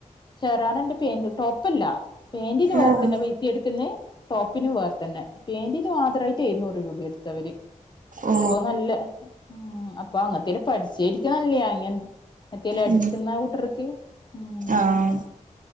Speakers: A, on the left; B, on the right.
A: ശെറാറന്റെ പേന്റ് ടോപ്പല്ല. പേന്റ്ത് വേര്ത്തന്നെ
B: ആഹ്
A: പൈ. ത്തിയെട്ക്കുന്നെ ടോപ്പിന് വേർ തന്നെ പേന്റിന് മാത്രായിട്ട് എഴുന്നൂറ് രൂപ എടുത്തവര്.
B: ഓ
A: അപ്പൊ നല്ല ഉം അപ്പൊ അങ്ങത്തെൽ പഠിച്ചിരിക്ക നല്ലാ അങ്ങെ. എത്തിയല്ല അടിക്കുന്ന
B: ഉം
A: കൂട്ടർക്ക് ഉം.
B: ആഹ്